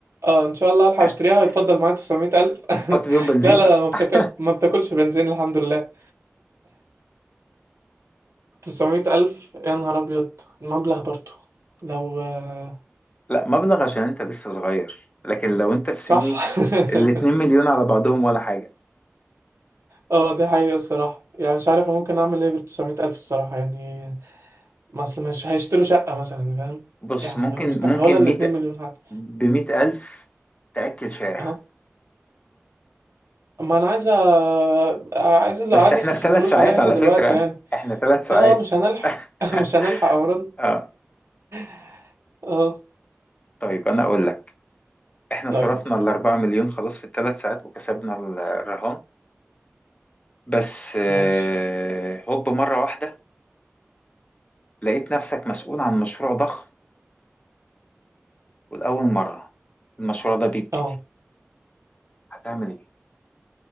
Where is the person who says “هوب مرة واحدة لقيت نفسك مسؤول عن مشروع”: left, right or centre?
Left